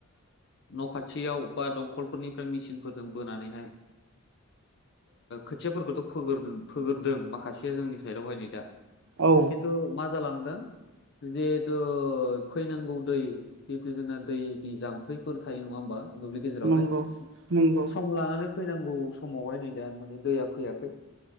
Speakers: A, on the left; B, on the right.
A: न' खाथियाव बा दंखलफोरनिफ्राय मेसिनफोरजों बोनानैहाय खोथियाफोरखौथ' फोर फोगोरदों माखासेया जोंनिख रावहाय न दा।
B: औ।
A: खिन्थु मा जालांदों? जिहेथु खैनांगौ दै जितु जोंना दैनि जाम्फैफोर थायो नङा होमबा? दुब्लि गेजेरावहाय
B: नंगौ नंगौ
A: सम लानानै फैनांगौ समावहाय नै दा माने दैया फैयाखै।